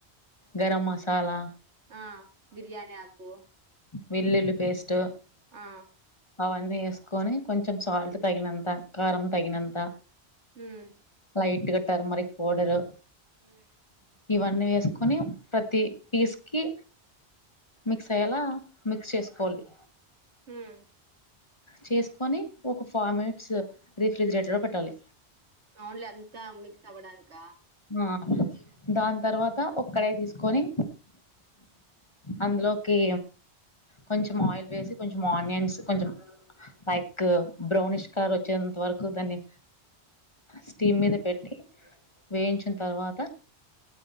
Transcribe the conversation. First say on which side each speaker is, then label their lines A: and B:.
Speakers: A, on the left; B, on the right.
A: గరం మసాలా
B: ఆ బిర్యానీ ఆకు
A: వెల్లుల్లి పేస్ట్
B: ఆ
A: అవన్నీ వేసుకొని కొంచెం సాల్ట్ తగినంత కారం తగినంత
B: ఉమ్
A: లైట్గా టర్మరక్ పోడరు
B: ఉమ్
A: ఇవన్నీ వేసుకొని ప్రతి పీస్ కి మిక్స్ అయ్యేలా మిక్స్ చేసుకోవాలి
B: ఉమ్
A: చేసుకొని ఒక ఫైవ్ మినిట్స్ రిఫ్రిజిరేటర్లో పెట్టాలి
B: ఓన్లీ అంతా మిక్స్ అవడానిక
A: ఆ దాన్ తర్వాత ఒక్కడే తీసుకొని అందులోకి కొంచెం ఆయిల్ వేసి కొంచం ఆనియన్స్ కొంచెం లైక్ బ్రౌనిష్ కలర్ ఒచ్చేంత వరకు దాన్ని స్టీమ్
B: హ్మ్
A: మీద పెట్టి వేయించిన తర్వాత